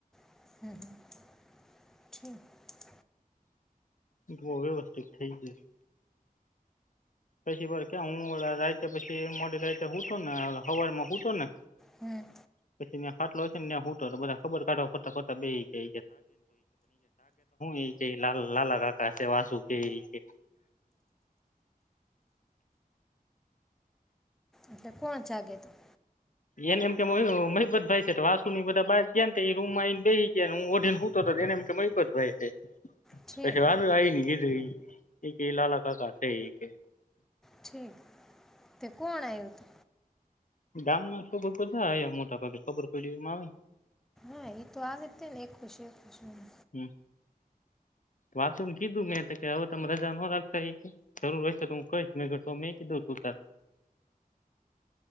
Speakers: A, in the centre; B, on the left (about 55°).
A: હમ હ ઠીક.
B: તો બો વ્યવસ્થિત થઈ ગ્યુ છે. પછી વાર ક્યા હું રાયતે પછી મોડી રાયતે હુતો ને, હવાર માં હુતો ને
A: હમ
B: પછી ન્યાં ખાટલો છે ને, ન્યાં હુતો તો, બધા ખબર કાઢવા ફરતા ફરતા બેઈ <unintelligible> શું એ કે લ લ લાલાકાકાએ સેવા શું કયરી, એ કે.
A: એટલે કોણ જાગે તું?
B: એને એમ કે મહીપતભાઈ છે તો વાસુની બધા બા જયાન તં ઈ રૂમમાં આઈને બેહી ગ્યા. હું ઓઢીન હુતોતો, તો એને એમ કે મહીપતભાઈ છે.
A: ઠીક
B: પછી વાત જ આવી નઈ કીધું ઈ. એક એ લ લ કકાશે એક.
A: ઠીક તે કોણ આવ્યું તુ.
B: ગામમાં શ બધા આ મોટા ભાગે ખબર પડી એમાં આવે.
A: હા એ તો આ જ તે ને એક ખુશી એક ખુશી.
B: હમ વાત કીધું મેં કે હવે તમ રજા ન રાખતા એ કે જરૂર રહેશે તો હું કહીશ મેં મેં કીધું તું.